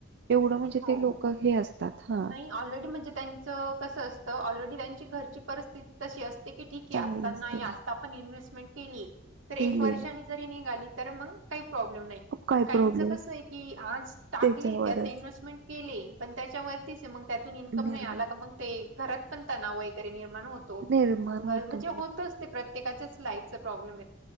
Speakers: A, on the right; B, on the right.
A: एवढं म्हणजे
B: हो
A: ते लोक हे असतात हा
B: नाही ऑलरेडी म्हणजे त्यां च कसं असतं ऑलरडी त्यांची घरची परिस्थिती तशी असते की ठीक हे
A: चांगले
B: आता नाही
A: असते
B: आता ण इन्व्स्टमेंट केली तर
A: केले
B: वर्षानी जरी निघाली तर मग काही प्रॉब्लेम नाही.
A: काय
B: का
A: प्रॉब्लेम
B: कस क आज टाक
A: त्याच्यावरच
B: आ इन्व्स्टमेंट के पण त्याच्यावर. मग त्यातून इन्कम
A: निर्भय
B: नाही आला मग ते घरात पण तणाव वगैरे निर्माण होत.
A: निर्माण
B: मंगल
A: होतो
B: म्हणजे होतच. प्र्ये ला प्रब्म